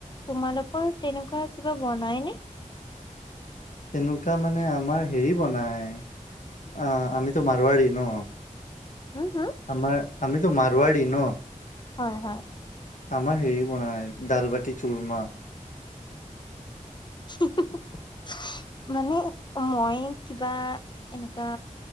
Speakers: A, on the left; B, on the left.
A: তোমালোকৰ তেনেকুৱা কিবা বনাইনে।
B: তেনেকুৱা মানে আমাৰ হেৰি বনাই অ, আমিতো মাৰুৱাৰী ন।
A: হম হম
B: আমাৰ আমিটো মাৰৱাৰি ন।
A: হয়- হয়।
B: আমাৰ হেৰি মান দালবাতি চুৰমা।
A: <unintelligible> মানে মই কিবা এনেকুৱা